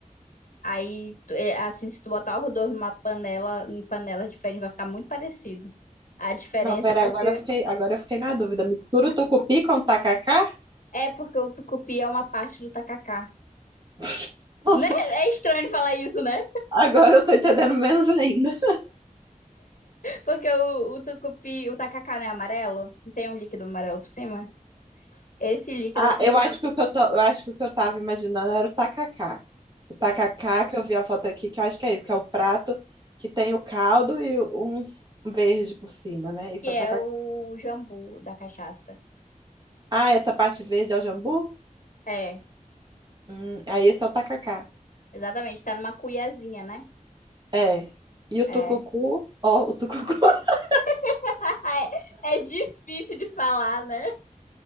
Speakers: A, on the left; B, on the right.
A: Aí, tu- é, assim, se tu botar os dois numa panela, em panelas diferentes, vai ficar muito parecido. A diferença
B: Não, pera,
A: é porque
B: agora eu fiquei, agora eu fiquei na dúvida. Mistura o tucupi com o tacacá?
A: é porque o tucupi é uma parte do tacacá.
B: <laughs> Nossa,
A: Né? É estranho falar isso, né?
B: Agora eu tô entendendo menos ainda.
A: Porque o, o tucupi, o tacacá não é amarelo? Não tem um líquido amarelo por cima? Esse líquido
B: Ah,
A: é o tucupi,
B: eu acho que o que eu tô, eu acho que o que eu tava imaginando era o tacacá. O tacacá, que eu vi a foto aqui, que eu acho que é isso, que é o prato que tem o caldo e uns verde por cima, né? Isso
A: que é
B: é o tacacá.
A: o jambu da cachaça.
B: Ah, essa parte verde é o jambu?
A: É,
B: Hum, aí esse é o tacacá.
A: exatamente, tá numa cuiazinha, né?
B: É. E o
A: É.
B: tucucu, ó, o tucucu, <laughs>
A: <laughs> É, é difícil de falar, né?